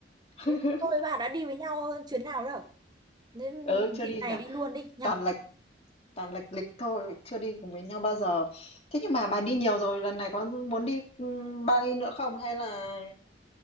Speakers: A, on the left; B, on the right.
A: <laughs>
B: Ừ, Tôi và bà đã đi với nhau chuyến nào đâu. Nên
A: ừ chưa
B: dịp
A: đi
B: này
A: nhỉ
B: đi luôn đi nhở?
A: toàn lệch toàn lệch lịch thôi chưa đi cùng với nhau bao giờ thế nhưng mà bà đi nhiều rồi lần này có muốn đi ừ, Bali nữa không hay là